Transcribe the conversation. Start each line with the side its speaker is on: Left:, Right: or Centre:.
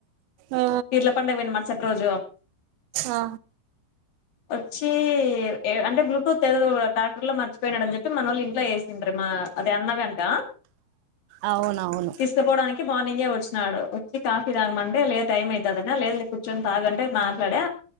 Right: ఆ
Left: పీర్ల పండుగ పోయిన మరుసటి రోజు
Right: ఆ
Left: వచ్చి ఏ అంటే బ్లూటూత్ ట్రాక్టర్ లో మర్చిపోయినాడని చెప్తే మనోళ్ళు ఇంట్లో వేసిండ్ర మా అది అన్నదంట
Right: అవునవును
Left: తీసుపోవడానికి మార్నింగే వచ్చినాడు వచ్చి కాఫీ తాగమంటే లే టైం అయితాదట లేదులే నీ కూర్చొని తాగంటే మాట్లాడే